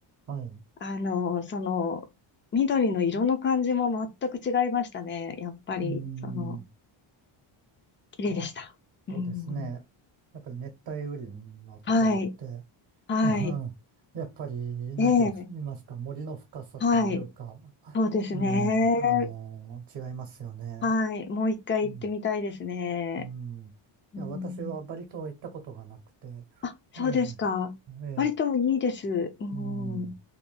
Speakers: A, on the right; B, on the left.
A: はい。
B: あの、その、緑の色の感じも全く違いましたね。やっぱり、
A: うん。
B: その、綺麗でした。
A: まあ、
B: うん。
A: そうですね。やっぱり熱帯雨林のところって、
B: はい。はい。
A: <laughs> うんやっぱり、なんて言いますか、
B: ええ。
A: 森の深さというか、
B: はい。そうですね。
A: ねえ、あの、違いますよね。
B: はい。もう一回行ってみたいですね。
A: うん。うん。いや、
B: うん。
A: 私はバリ島は行ったことがなくて、
B: あ、そうですか。
A: ええ、ええ、
B: 割といいです。うん。
A: うん。